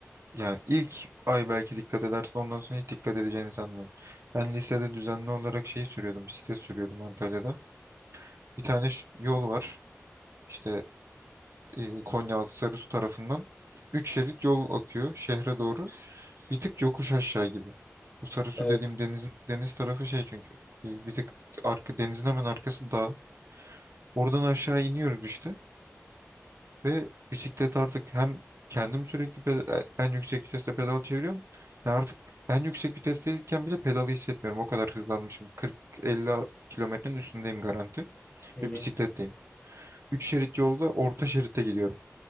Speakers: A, on the right (about 60°); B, on the left (about 25°).
A: ya ilk ay belki dikkat edersin ondan sonra hiç dikkat edeceğini sanmıyorum. Ben lisede düzenli olarak şey sürüyordum. Bisiklet sürüyordum Antalya'da. Bir tane ş- yol var. İşte e, Konyaaltı Sarısu tarafından. Üç şerit yol akıyor şehre doğru. Bir tık yokuş aşağı gibi. Bu Sarısu
B: Evet.
A: dediğim denizin deniz tarafı şey çünkü. Bir, bir tık arka denizin hemen arkası dağ. Oradan aşağı iniyoruz işte ve bisiklet artık hem kendim sürekli peda- en yüksek viteste pedal çeviriyorum. Yani artık en yüksek vitesteyken bile pedalı hissetmiyorum. O kadar hızlanmışım. 40-50 kilometrenin üstündeyim garanti
B: Hı
A: ve
B: hı.
A: bisikletteyim. 3 şerit yolda orta şeritte gidiyorum.